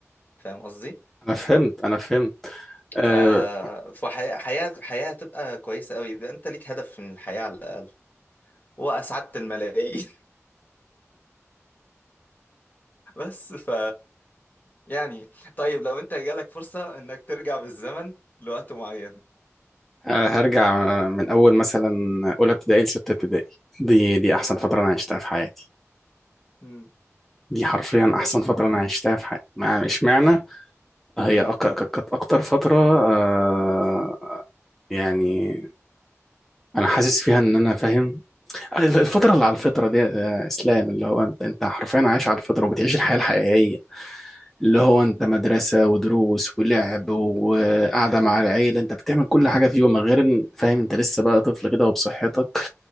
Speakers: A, on the left (about 35°); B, in the centre.
A: فاهم قصدي
B: انا فهمت انا فهمت آه،
A: ف فحياة حياة حياة هتبقى كويسة قوي يبقى انت ليك هدف من الحياة على الأقل وأسعدت الملايين <laughs> بس ف يعني طيب لو انت جالك فرصة انك ترجع بالزمن لوقت معين
B: آه، هرجع آه، من اول مثلا اولى ابتدائي لسته ابتدائي دي دي احسن فتره انا عشتها في حياتي
A: مم.
B: دي حرفيا احسن
A: شو
B: فتره انا عشتها في حياتي مع اشمعنى هي
A: مم.
B: أك- ك- كانت اكتر فتره آه، يعني انا حاسس فيها ان انا فاهم آه، الفتره اللي على الفطره دي آه، اسلام اللي هو انت انت حرفيا عايش على الفطره وبتعيش الحياه الحقيقيه اللي هو انت مدرسة ودروس ولعب وقعدة مع العيلة انت بتعمل كل حاجة في يومك غير ان فاهم انت لسه بقى طفل كده وبصحتك